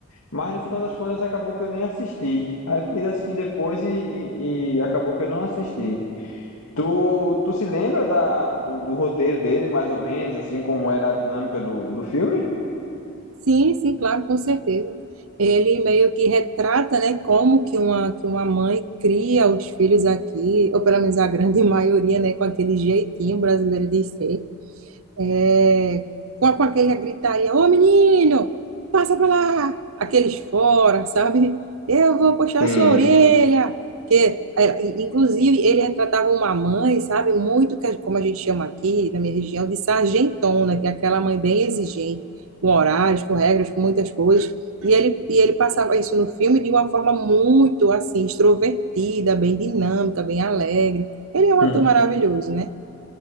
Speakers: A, on the left; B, on the right.
A: Mas no final das contas acabou que eu nem assisti. Aí eu fiquei de assistir depois e, e- e acabou que eu não assisti. Tu, tu se lembra da, do, do roteiro dele, mais ou menos, assim, como era a dinâmica do, do filme?
B: sim, sim, claro, com certeza. Ele meio que retrata, né, como que uma, que uma mãe cria os filhos aqui, ou pelo menos a grande <laughs> maioria, né, com aquele jeitinho brasileiro de ser. É, com, com aquele gritaria, ô menino, passa pra lá, aqueles fora, sabe? Eu vou puxar
A: Sim,
B: a sua orelha. Que, é, inclusive, ele retratava uma mãe, sabe? Muito, que, como a gente chama aqui na minha região, de sargentona, que é aquela mãe bem exigente, com horários, com regras, com muitas coisas. E ele, e ele passava isso no filme de uma forma muito, assim, extrovertida, bem dinâmica, bem alegre. Ele é um
A: <laughs>
B: ator maravilhoso, né?